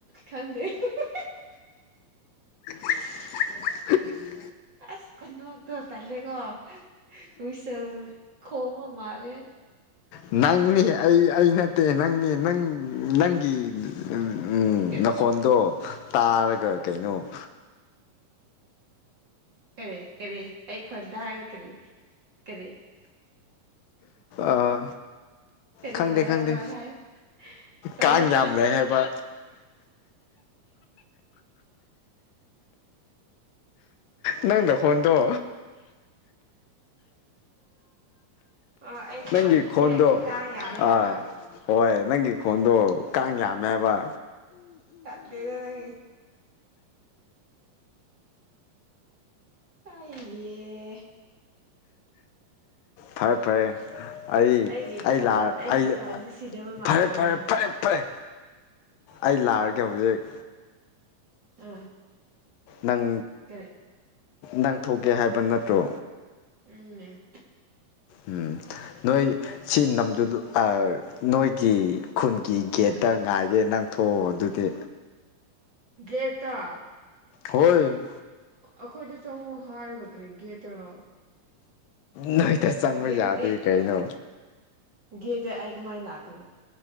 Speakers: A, on the right; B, on the left.
A: ꯈꯪꯗꯦ <unintelligible>
B: <unintelligible>
A: ꯑꯁ ꯈꯨꯅꯣꯛꯇꯣ ꯇꯜꯂꯦꯀꯣ ꯋꯤꯁꯦꯜ ꯈꯣꯡꯕ ꯃꯥꯂꯦ
B: ꯅꯪꯅꯤ ꯑꯩ ꯑꯩ ꯅꯠꯇꯦ ꯅꯪꯅꯦ ꯅꯪ ꯅꯪꯒꯤ ꯎꯝ ꯎꯝ
A: ꯀꯔꯤ
B: ꯅꯈꯣꯟꯗꯣ ꯇꯥꯔꯒ ꯀꯩꯅꯣ
A: ꯀꯔꯤ ꯀꯔꯤ ꯑꯩ ꯈꯣꯟ ꯇꯥꯔꯒꯦ ꯀꯔꯤ ꯀꯔꯤ
B: ꯑꯥ
A: ꯀꯔꯤ
B: ꯈꯪꯗꯦ
A: ꯇꯧꯋꯦ
B: ꯈꯪꯗꯦ
A: ꯍꯥꯏꯕ꯭ꯔꯥ ꯍꯥꯏ ꯇꯧꯅꯨ
B: ꯀꯥꯥꯡ ꯌꯥꯝ
A: ꯅꯪ
B: ꯂꯩ ꯍꯥꯏꯕ ꯅꯪ ꯅꯈꯣꯟꯗꯣ
A: ꯑꯣ ꯑꯩ
B: ꯅꯪꯒꯤ
A: ꯈꯣꯟꯁꯦ
B: ꯈꯣꯟꯗꯣ
A: ꯀꯥꯡ ꯌꯥꯝꯃꯦ ꯍꯥꯏꯕ
B: ꯑꯥ ꯍꯣꯏ ꯅꯪꯒꯤ ꯈꯣꯟꯗꯣ ꯀꯥꯡ ꯌꯥꯝꯃꯦ ꯍꯥꯢꯕ
A: ꯇꯜꯂꯦꯗ ꯅꯪꯒꯤ ꯑꯩꯌꯦ
B: ꯐꯔꯦ ꯐꯔꯦ ꯑꯩ
A: ꯑꯩꯒꯤ
B: ꯑꯩ
A: ꯈꯣꯟ
B: ꯂꯥ
A: ꯑꯩꯒꯤ
B: ꯑꯩ
A: ꯈꯣꯟꯁꯦ ꯁꯤꯗꯕ ꯃꯥꯜꯂꯦꯕ
B: ꯐꯔꯦ ꯐꯔꯦ
A: ꯅꯪꯒꯤꯁꯦ
B: ꯐꯔꯦ ꯐꯔꯦ ꯑꯩ ꯂꯥꯛꯑꯒꯦ ꯍꯧꯖꯤꯛ
A: ꯑꯥ
B: ꯅꯪ
A: ꯀꯔꯤ
B: ꯅꯪ ꯊꯣꯛꯀꯦ ꯍꯥꯏꯕ ꯅꯠꯇ꯭ꯔꯣ
A: ꯎꯝ
B: ꯎꯝ ꯅꯣꯏ ꯁꯤ ꯅꯝꯗꯨꯗꯨ ꯑꯥ ꯅꯣꯏꯒꯤ ꯈꯨꯟꯒꯤ ꯒꯦꯠꯇ
A: ꯑꯥ
B: ꯉꯥꯏꯒꯦ ꯅꯪ ꯊꯣꯛꯑꯣ ꯑꯗꯨꯗꯤ
A: ꯒꯦꯠ ꯇ
B: ꯍꯣꯏ
A: ꯑꯩꯈꯣꯏꯗ ꯆꯪꯉꯛꯑꯣ ꯍꯥꯏꯔꯒ ꯀꯔꯤ ꯒꯦꯠꯇꯔꯣ
B: ꯅꯣꯏꯗ ꯆꯪꯕ
A: ꯒꯦꯠꯇꯗꯤ
B: ꯌꯥꯗꯦ ꯀꯩꯅꯣ
A: ꯒꯦꯠꯇ ꯑꯩ ꯀꯃꯥꯢ ꯂꯥꯛ